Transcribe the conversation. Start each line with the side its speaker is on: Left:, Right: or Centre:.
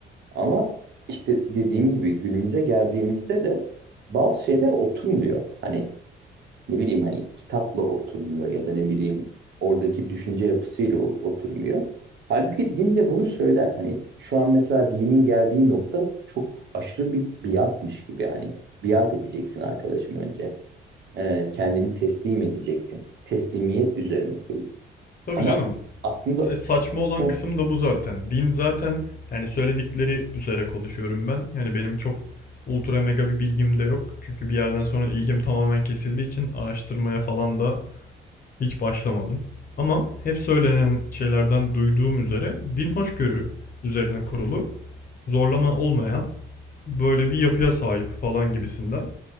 Right: Ama işte dediğim gibi günümüze geldiğimizde de bazı şeyler oturmuyor. Hani ne bileyim hani kitapla oturmuyor ya da ne bileyim oradaki düşünce yapısıyla o- oturmuyor. Halbuki din de bunu söyler. Hani şu an mesela dinin geldiği nokta çok aşırı bir biatmış gibi hani biat edeceksin arkadaşım önce. Ee, kendini teslim edeceksin. Teslimiyet üzerine kurulu.
Left: Tabii
Right: Ama
Left: canım.
Right: aslında
Left: Sa- Saçma olan
Right: Hı.
Left: kısım da bu zaten. Din zaten yani söyledikleri üzere konuşuyorum ben. Yani benim çok ultra mega bir bilgim de yok. Çünkü bir yerden sonra ilgim tamamen kesildiği için araştırmaya falan da hiç başlamadım. Ama hep söylenen şeylerden duyduğum üzere din hoşgörü üzerine kurulu, zorlama olmayan böyle bir yapıya sahip falan gibisinden.